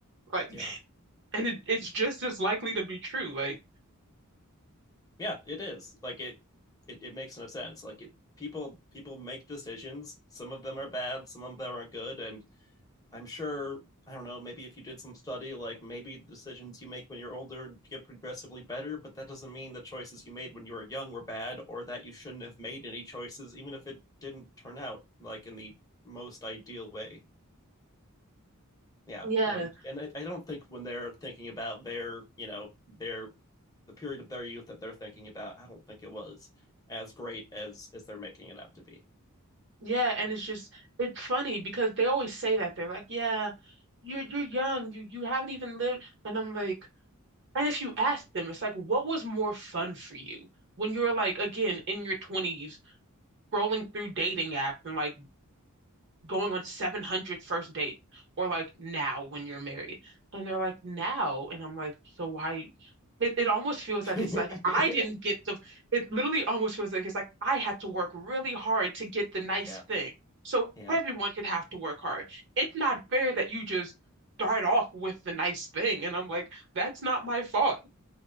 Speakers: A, on the right; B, on the left.
A: Like,
B: Yeah.
A: and it, it's just as likely to be true. Like,
B: Yeah, it is. Like it it it makes no sense. Like it people people make decisions. Some of them are bad, some of them are good, and I'm sure I don't know, maybe if you did some study, like maybe the decisions you make when you're older get progressively better, but that doesn't mean the choices you made when you were young were bad or that you shouldn't have made any choices, even if it didn't turn out like in the most ideal way. Yeah.
A: yeah,
B: And and I, I don't think when they're thinking about their, you know, their the period of their youth that they're thinking about, I don't think it was as great as as they're making it out to be.
A: yeah, and it's just it's funny because they always say that they're like, "Yeah, you're you're young, you you haven't even lived," and I'm like. And if you ask them, it's like, what was more fun for you when you were like, again, in your 20s, scrolling through dating apps and like going on 700 first dates, or like now when you're married? And they're like, now. And I'm like, so why? It, it almost feels
B: <laughs>
A: like it's like I didn't get the, it literally almost feels like it's like I had to work really hard to get the nice
B: yeah.
A: thing. So
B: Yeah.
A: everyone should have to work hard. It's not fair that you just start off with the nice thing. And I'm like, that's not my fault.